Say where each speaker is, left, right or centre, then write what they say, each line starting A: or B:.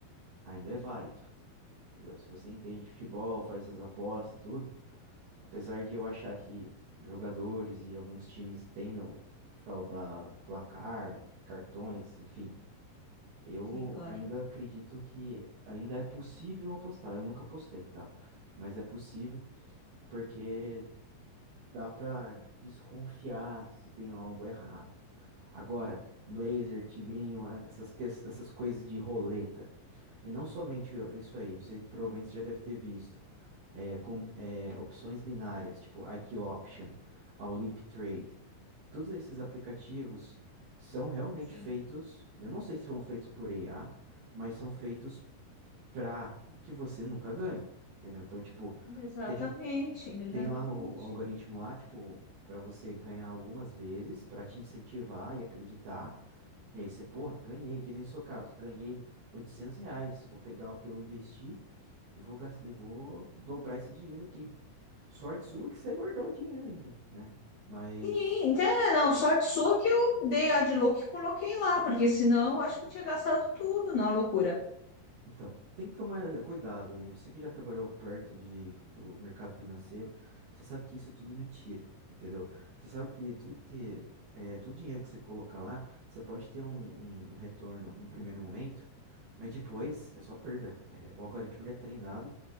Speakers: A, on the right; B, on the left.
A: Ainda é válido, entendeu? Se você entende de futebol, faz as apostas, tudo. Apesar de eu achar que jogadores e alguns times tentam fraudar placar, cartões, enfim. Eu
B: Sim, claro.
A: ainda acredito que ainda é possível apostar. Eu nunca apostei, tá? Mas é possível porque dá pra desconfiar se tem algo errado. Agora, Blazer, Tigrinho, eh, essas, que- essas coisas de roleta. E não somente isso aí, não sei, provavelmente você já deve ter visto. É, com, é, opções binárias, tipo IQ Option, a Olymp Trade todos esses aplicativos são realmente
B: Sim.
A: feitos, eu não sei se são feitos por IA, mas são feitos para que você nunca ganhe, entendeu? Então, tipo,
B: Exatamente,
A: tem,
B: exatamente.
A: tem lá no algoritmo lá, tipo, para você ganhar algumas vezes, para te incentivar e acreditar. E aí você, porra, ganhei, que nem no seu caso, ganhei 800 reais, vou pegar o que eu investi e vou, gas- e vou dobrar esse dinheiro aqui. Sorte sua que você guardou o dinheiro ainda, né? Mas
B: Sim, então, é, não, sorte sua que eu dei a de louco e coloquei lá, porque senão eu acho que tinha gastado tudo na loucura.
A: Então, tem que tomar cuidado, Aline. Você que já trabalhou perto de, do mercado financeiro, você sabe que isso é tudo mentira, entendeu? Você sabe que tudo que é, todo dinheiro que você colocar lá, você pode ter um, um- um retorno num primeiro momento, mas depois é só perda. É, o algoritmo ele é treinado